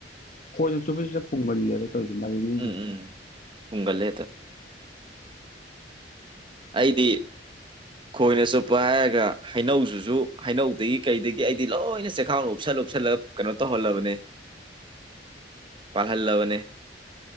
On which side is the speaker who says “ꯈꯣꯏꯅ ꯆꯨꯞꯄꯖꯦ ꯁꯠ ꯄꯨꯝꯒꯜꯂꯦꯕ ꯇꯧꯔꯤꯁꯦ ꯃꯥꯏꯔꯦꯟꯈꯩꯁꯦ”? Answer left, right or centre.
Left